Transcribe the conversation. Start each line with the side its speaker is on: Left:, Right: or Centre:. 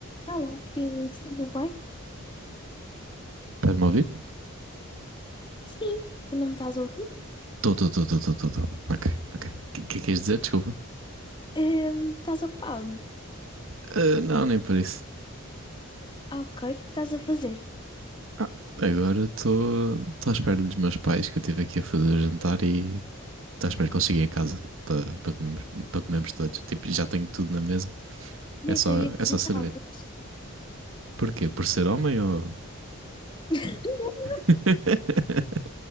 Left: Alô, Cris, tudo bem?
Right: Estás-me a ouvir?
Left: Sim, tu não me estás a ouvir?
Right: Estou, estou, estou, estou, estou, Ok, ok. O que, que é que queres dizer? Desculpa.
Left: Ahm, estás ocupada?
Right: Ah, não, nem por isso.
Left: Ah, Ok, o que é que estás a fazer?
Right: Ah, agora estou estou à espera dos meus pais que eu estive aqui a fazer o jantar e estou à espera que eles cheguem a casa para para comermos, para comermos todos. Tipo, já tenho tudo na mesa.
Left: Nem
Right: É só,
Left: sabia que cozinhavas.
Right: é só servir. Porquê? Por ser homem ou.
Left: <laughs> Não, não.
Right: <laughs>